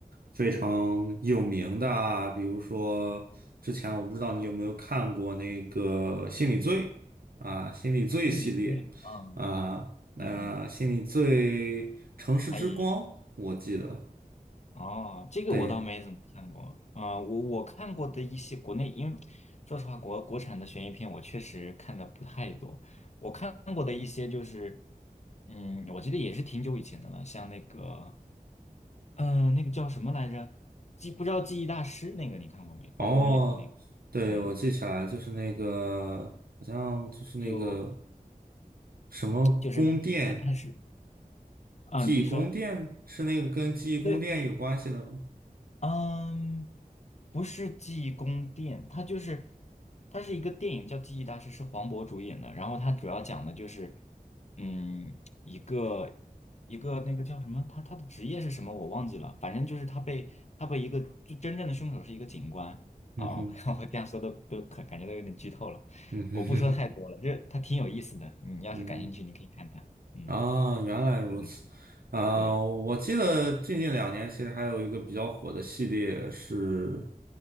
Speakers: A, on the right; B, on the left.
A: 非常有名的啊，比如说之前我不知道你有没有看过那个《心理罪》啊，《心理罪》系列
B: 心理作用，嗯，
A: 啊，那《心理罪》《城市之光》，
B: 嗯嗯，哎，
A: 我记得，
B: 哦，这个我倒没怎么看过啊，
A: 对，
B: 我我看过的一些国内，因为说实话，国国产的悬疑片我确实看的不太多。我看过的一些就是，嗯，我记得也是挺久以前的了，像那个，嗯、那个叫什么来着？记不知道记忆大师那个你看过没？
A: 哦，
B: 黄渤演的那个，
A: 对，
B: 对，
A: 我记起来就是那个好像就是那个
B: 就
A: 什么宫殿。
B: 就是他他是，嗯，
A: 记忆宫殿是那个跟记忆宫殿有关系的吗？
B: 你说。对。嗯，不是记忆宫殿，它就是它是一个电影叫《记忆大师》，是黄渤主演的。然后它主要讲的就是，嗯，一个一个那个叫什么，他他的职业是什么我忘记了，反正就是他被他被一个就真正的凶手是一个警官啊，
A: <laughs> 嗯哼，
B: 我 <laughs> 我这样说都都可感觉都有点剧透了，
A: 嗯哼哼哼，
B: 我不说太多了，这它挺有意思的，你要是感兴趣，
A: <laughs> 嗯
B: 你可以看看。嗯，
A: 哼，啊，原来如此。
B: 对对
A: 啊，
B: 对，
A: 我记得最近两年其实还有一个比较火的系列是，